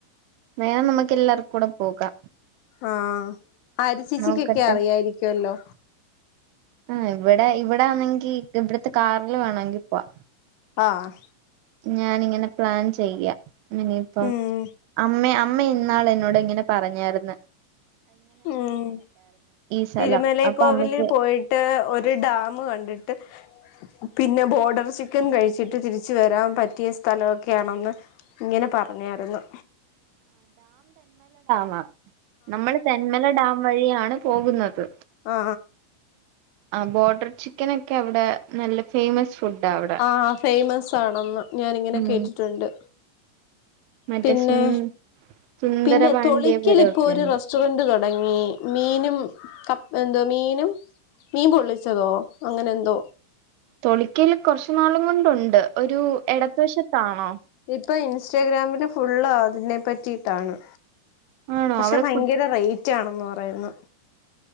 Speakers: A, on the right; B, on the left.
A: വേണം നമുക്ക് എല്ലാവർക്കൂടെ പോകാം
B: ആ ആര്യച്ചേച്ചിക്കിക്കെ
A: നോക്കട്ടെ
B: അറിയായിരിക്കുവല്ലോ
A: ആ ഇവിടെ ഇവിടെ ആന്നെങ്കി ഇവിടത്തെ കാറില് വേണമെങ്കി പോവാ
B: താ
A: ഞാനിങ്ങനെ പ്ലാൻ ചെയ്യ ഇനിയിപ്പം
B: ഉം
A: അമ്മേ അമ്മ ഇന്നാളെന്നോട് ഇങ്ങനെ പറഞ്ഞാർന്ന്
B: ഉം
A: സ്ഥലം
B: തിരുമലൈക്കോവിലിൽ
A: അപ്പൊ അമ്മയ്ക്ക്
B: പോയിട്ട് ഒരു ഡാമു കണ്ടിട്ട് പിന്നെ ബോഡറ് ചിക്കന് കഴിച്ചിട്ട് തിരിച്ച് വരാൻ പറ്റിയ സ്ഥലമൊക്കെയാണെന്ന് ഇങ്ങനെ പറഞ്ഞാരുന്നു
A: അ നമ്മൾ തെന്മല ഡാം വഴിയാണ് പോകുന്നത്
B: ആ
A: ആ ബോ ട്ടർ ചിക്കനൊക്കെ അവിടെ നല്ല ഫേമസ് ഫുഡാ അവിടെ
B: ആ ഫേമസ് ആണെന്ന് ഞാനിങ്ങനെ
A: ഉം
B: കേട്ടിട്ടുണ്ട്
A: മറ്റേ
B: പിന്നെ
A: സു സുന്ദര
B: പിന്നെ
A: പാണ്ഡ്യപുരമൊക്കെ
B: തൊളിക്കൽ ഇപ്പോ ഒരു
A: ഉണ്ട്
B: റെസ്റ്റോറന്റ് തുടങ്ങി മീനും എന്തോ മീനും മീൻ പൊള്ളിച്ചതോ അങ്ങനെ എന്തോ
A: തോളിക്കൽ കുറച്ചു നാളും കൊണ്ടുണ്ട് ഒരു എടത്ത് വശത്താണോ
B: ഇപ്പം ഇൻസ്റ്റാഗ്രാമില് ഫുള്ള് അതിനെപ്പറ്റിയിട്ടാണ്
A: ആണോ
B: പക്ഷെ
A: അവിടെ
B: ഭയങ്കര
A: കു
B: റൈറ്റ് റ്റ ആണെന്ന് പറയുന്നു